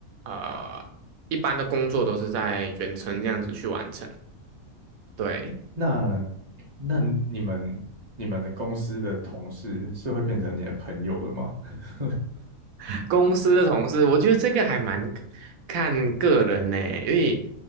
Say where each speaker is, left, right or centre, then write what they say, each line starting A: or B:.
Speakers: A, on the right; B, on the right.
A: 呃一般的工作都是在远程这样子去完成，对。
B: 哎，那那你们你们的公司的同事是会变成你的朋友的吗？<laughs>
A: <laughs> 公司的同事，我觉得这个还蛮看个人呢，因为